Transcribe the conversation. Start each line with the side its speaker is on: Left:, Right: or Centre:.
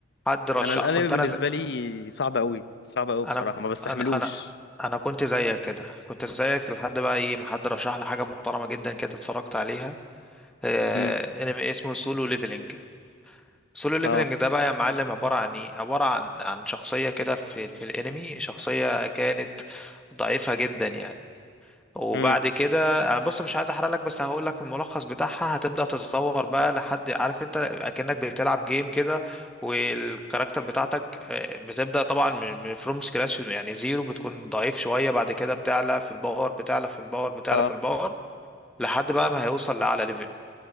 Centre: حد رشح
Left: انا الانمي
Centre: كنت
Left: بالنسبه
Centre: انا زي...
Left: لي صعب قوي صعب قوي بصراحه
Centre: انا
Left: ما بستحملوش
Centre: انا انا انا كنت زيك كده كنت زيك لحد بقى ايه ما حد رشح لي حاجه محترمه جدا كده اتفرجت عليها آه،
Left: امم
Centre: انمي اسمه سولو ليفلنج سولو ليفلنج
Left: اه
Centre: ده بقى يا معلم عباره عن ايه عباره عن عن شخصيه كده في في الانمي شخصيه كانت ضعيفه جدا يعني وبعد
Left: امم
Centre: كده انا بص مش عايز احرق لك بس هقول لك الملخص بتاعها هتبدأ تتطور بقى لحد عارف انت اكنك بتلعب جيم كده والكاركتر بتاعتك آه، بتبدأ طبعا من من فروم سكراتش يعني زيرو بتكون ضعيف شوية بعد كده بتعلى في الباور بتعلى في الباور بتعلى
Left: اه
Centre: في الباور لحد بقى ما هيوصل لأعلى ليفل